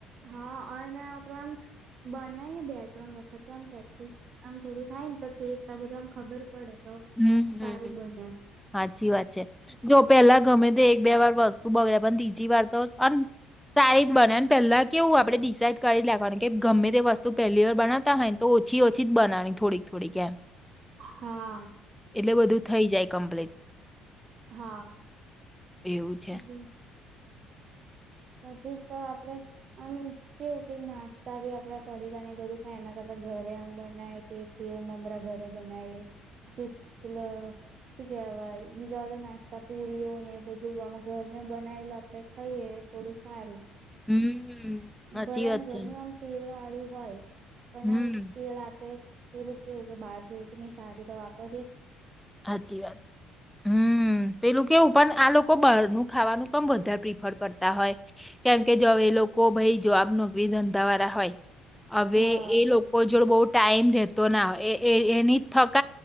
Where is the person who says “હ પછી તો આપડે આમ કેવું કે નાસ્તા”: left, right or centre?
Right